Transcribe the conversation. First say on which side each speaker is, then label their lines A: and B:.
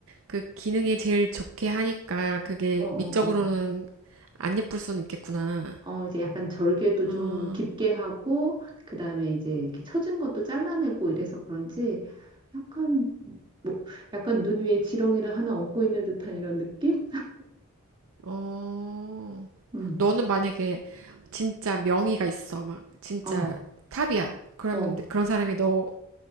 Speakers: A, on the right (about 60°); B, on the right (about 20°).
A: 그 기능에 제일 좋게 하니까 그게
B: 어어어.
A: 미적으로는 안 예쁠 수는 있겠구나.
B: 어, 이제 약간 절개도
A: 어,
B: 좀 깊게 하고, 그 다음에 이제 이렇게 처진 것도 잘라내고 이래서 그런지, 약간, 뭐, 약간 눈 위에 지렁이를 하나 얹고 있는 듯한 이런 느낌?
A: 어,
B: 음.
A: 너는 만약에 진짜 명의가 있어. 막, 진짜
B: 어,
A: 탑이야. 그러면
B: 어,
A: 그런 사람이 너